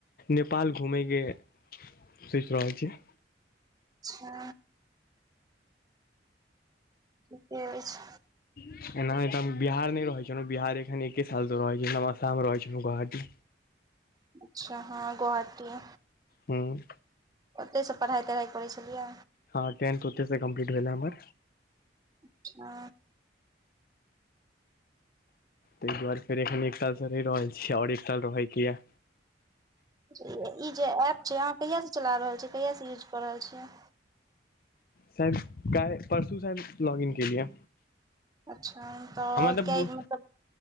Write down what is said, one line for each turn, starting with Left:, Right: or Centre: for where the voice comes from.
Left: नेपाल घूमेैके सोंचि रहल छियै
Right: अच्छा ठिके अछि
Left: एना नहि तऽ हम बिहार नहि रहै छलौं बिहार एखन एके साल सँ रहै छी असाम रहै छेलौं गोआहाटी
Right: अच्छा हँ गोआहाटी
Left: हूंम्म
Right: ओतयसँ पढ़ाइ तढ़ाइ करै छेलियै
Left: हँ टेंथ ओतेसँ कम्प्लीट भेले हमर
Right: अच्छा
Left: ताहि दुआरे फेर एखन एक साल सँ रहि रहल छियै आओर एक साल रहैके ये
Right: <unintelligible> ई जे एप छै अहाँ कहियासँ चला रहल छियै कहियासँ यूज कऽ रहल छियै
Left: साइद काल्हि परसू सँ लॉगिन केलियै
Right: अच्छा
Left: हमरा तऽ
Right: किया
Left: बु
Right: मतलब